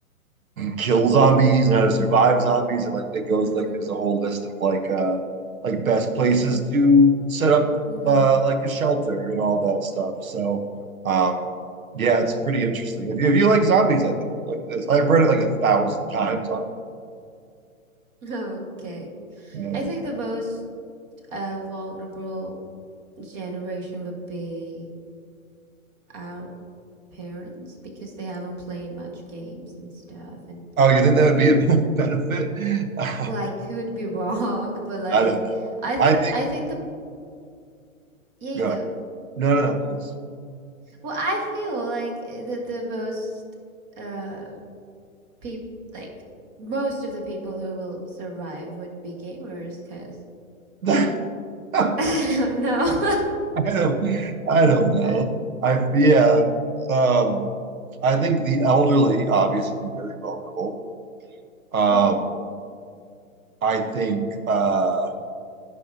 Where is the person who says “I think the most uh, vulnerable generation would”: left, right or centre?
Right